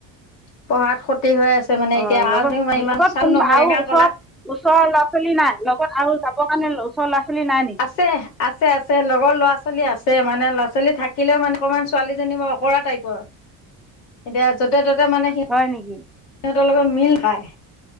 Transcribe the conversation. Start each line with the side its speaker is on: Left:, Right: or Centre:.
Left: পঢ়াত ক্ষতি হৈ আছে। ত মানে
Centre: অঁ
Left: এতিয়া মাজেও
Centre: লগত
Left: মানে ইমান
Centre: লগত
Left: চাল
Centre: কোনোবা
Left: নহয়
Centre: আৰু
Left: টেঙা
Centre: ওচৰত
Left: কলা।
Centre: ওচৰৰ ল'ৰা ছোৱালী নাই লগত আৰু যাবৰ কাৰণে ওচৰ ল'ৰা ছোৱালী নাই নেকি?
Left: আছে আছে আছে লগৰ ল'ৰা ছোৱালী আছে মানে ল'ৰা ছোৱালী থাকিলেও মানে অকণমান ছোৱালীজনী বা অঁকৰা টাইপৰ। এতিয়া য'তে ত'তে মানে সি।
Centre: হয় নেকি?
Left: সিহঁতৰ লগত মিল খায়।